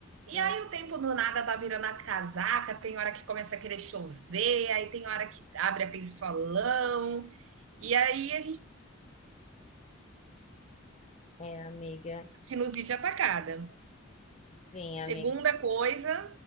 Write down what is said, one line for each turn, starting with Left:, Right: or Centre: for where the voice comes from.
Right: E
Left: Hum,
Right: aí o tempo do nada tá virando a casaca, tem hora que começa a querer chover, aí tem hora que abre aquele solão, e aí a gente
Left: É, amiga.
Right: sinusite atacada.
Left: Sim,
Right: Segunda
Left: amiga.
Right: coisa,